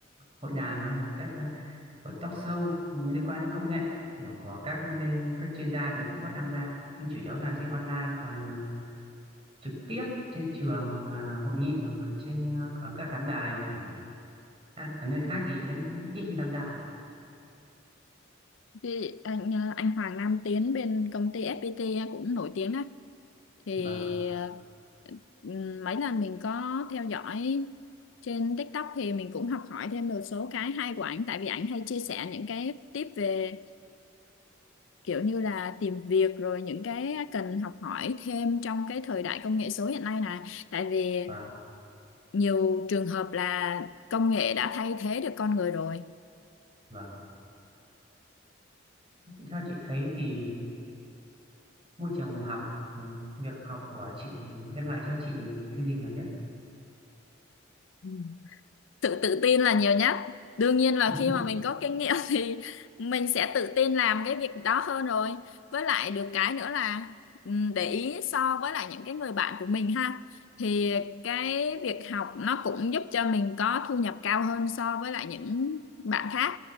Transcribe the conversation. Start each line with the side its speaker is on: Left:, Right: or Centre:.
Right: hội đàm hay là các à, và talk show liên quan đến công nghệ kiểu có các bên các chuyên gia thì em cũng có tham gia nhưng chủ yếu là trên online còn ờ, trực tiếp trên trường hoặc là hội nghị hoặc là trên ờ, ở các khán đài ở, khác- ở nơi khác thì em cũng ít khi tham gia
Left: chứ anh ờ, anh Hoàng Nam Tiến bên công ty FPT á, cũng nổi tiếng á thì
Right: và
Left: ờ, ừ, mấy lần mình có theo dõi trên TikTok thì mình cũng học hỏi thêm được số cái hay của ảnh tại vì ảnh hay chia sẻ những cái tip về kiểu như là tìm việc rồi những cái cần học hỏi thêm trong cái thời đại công nghệ số hiện nay này tại vì
Right: và
Left: nhiều trường hợp là công nghệ đã thay thế được con người rồi
Right: và theo chị thấy thì môi trường học ừ, việc học của chị đem lại cho chị thứ gì nhiều nhất
Left: Ừ. sự tự tin là nhiều nhất đương nhiên là
Right: <laughs>
Left: khi mà mình có kinh nghiệm <laughs> thì mình sẽ tự tin làm cái việc đó hơn rồi với lại được cái nữa là ừm, để ý so với lại những cái người bạn của mình ha thì cái việc học nó cũng giúp cho mình có thu nhập cao hơn so với lại những bạn khác